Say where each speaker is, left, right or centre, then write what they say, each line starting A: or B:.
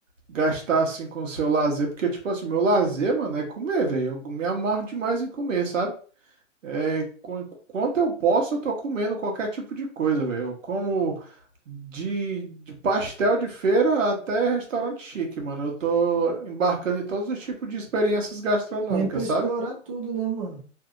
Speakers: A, on the right (about 80°); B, on the right (about 30°).
A: gastar assim com o seu lazer. Porque, tipo assim, meu lazer, mano, é comer, velho. Eu me amarro demais em comer, sabe? É, qu- quanto eu posso, eu tô comendo qualquer tipo de coisa, velho. Eu como de, de pastel de feira até restaurante chique, mano. Eu tô embarcando em todos os tipos de experiências gastronômicas,
B: Sempre explorar
A: sabe?
B: tudo, né, mano?